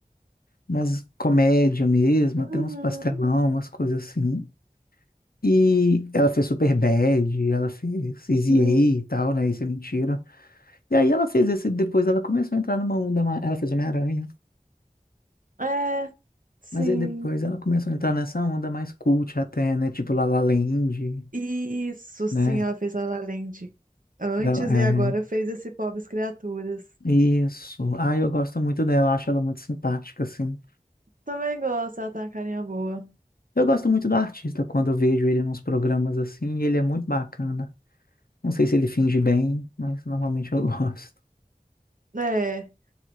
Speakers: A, on the left; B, on the right.
A: mais comédia mesmo,
B: Uhum.
A: até uns pastelão, umas coisas assim. E ela fez Superbad, ela fez Easy
B: Hum,
A: A e tal, né? Isso é mentira. E aí ela fez esse, depois ela começou a entrar numa onda mais. Ela fez Homem-Aranha.
B: É, sim.
A: Mas aí depois ela começou a entrar nessa onda mais cult até, né? Tipo La La Land,
B: Isso, sim,
A: né?
B: ela fez La La Land antes
A: Ela- É,
B: e agora fez esse Pobres Criaturas.
A: isso. Ah, eu gosto muito dela, acho ela muito simpática, assim.
B: Também gosto, ela tá uma carinha boa.
A: Eu gosto muito do artista quando eu vejo ele nos programas assim, e ele é muito bacana. Não sei se ele finge bem, mas normalmente eu <laughs> gosto.
B: É,